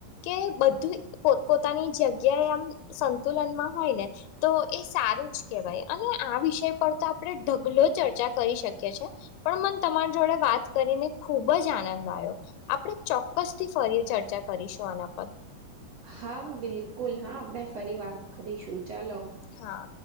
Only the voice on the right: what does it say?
હા બિલકુલ હા આપણે ફરી વાત કરીશું ચલો.